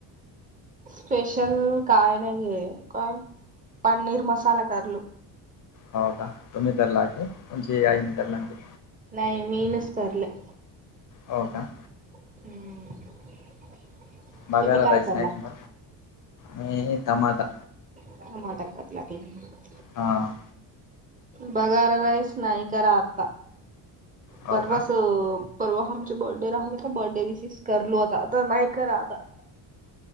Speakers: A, on the right; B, on the left.
A: स्पेशल काय नाही घे काय पनीर मसाला करलो.
B: हो का तुम्ही करलागे तुमची आई करलागे.
A: नाही मीनच करलं.
B: हो का
A: <unintelligible>
B: बगार
A: काय
B: रईस
A: करला
B: नाहीक म आणि टमाटा
A: <unintelligible>
B: हां.
A: बगार राईस नाही करा आत्ता.
B: हो
A: परवा
B: का
A: <unintelligible> परवा आमचे बर्थडे राहल का? बर्थडे विसेस करलो होता. आता नाही ख राहता.